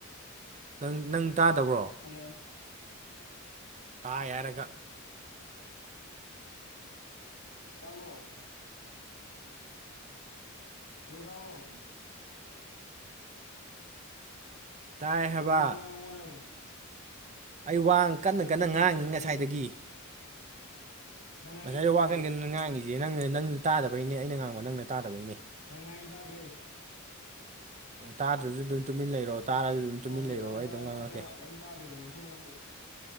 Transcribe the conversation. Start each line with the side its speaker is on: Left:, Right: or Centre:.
Right: ꯅꯪ ꯅꯪ ꯇꯥꯗꯕ꯭ꯔꯣ
Left: ꯍꯜꯂꯣ
Right: ꯀꯥ ꯌꯥꯔꯒ
Left: ꯇꯔꯣ ꯍꯜꯂꯣ ꯇꯗꯥꯕ꯭ꯔꯣ
Right: ꯇꯥꯏ ꯍꯥꯏꯕ
Left: ꯑꯗꯨꯕꯨ ꯑꯗꯨ ꯋꯥꯉꯗ
Right: ꯑꯩ ꯋꯥ ꯀꯟꯅ ꯀꯟꯅ
Left: ꯇꯨꯃꯤꯟ
Right: ꯉꯥꯡꯏꯤ
Left: ꯂꯩꯔ
Right: ꯉꯁꯥꯏꯗꯒꯤ
Left: ꯑꯦ ꯅꯪ ꯉꯥꯡꯉꯤꯗꯣ
Right: ꯉꯁꯥꯏ
Left: ꯑꯝ ꯇꯥꯗꯦ
Right: ꯋꯥ ꯀꯟꯒ ꯉꯥꯡꯉꯁꯤꯦ ꯅꯪꯅ ꯅꯪ ꯇꯥꯗꯕꯩꯅꯦ ꯑꯩꯅ ꯉꯥꯡꯕ ꯅꯪꯅ ꯇꯥꯗꯕꯩꯅꯦ
Left: ꯃꯉꯥꯏꯗꯔꯦ
Right: ꯑꯣ ꯇꯥꯗ꯭ꯔꯁꯨ ꯑꯗꯨꯝ ꯇꯨꯃꯤꯟ ꯂꯩꯔꯣ ꯇꯥꯔꯁꯨ ꯑꯗꯨꯝ ꯇꯨꯃꯤꯟ
Left: ꯁꯥꯎꯟꯗꯣ
Right: ꯂꯩꯔꯣ
Left: ꯇꯥꯗꯤ
Right: ꯑꯩ
Left: ꯇꯥꯔꯒ
Right: ꯑꯗꯨꯝ ꯉꯥꯡꯉꯛꯀꯦ
Left: ꯇꯞꯄꯦꯕ ꯀꯩꯝ ꯇꯗꯦꯕ ꯂꯧꯁꯤꯟꯕ ꯃꯇꯝꯗꯦꯕ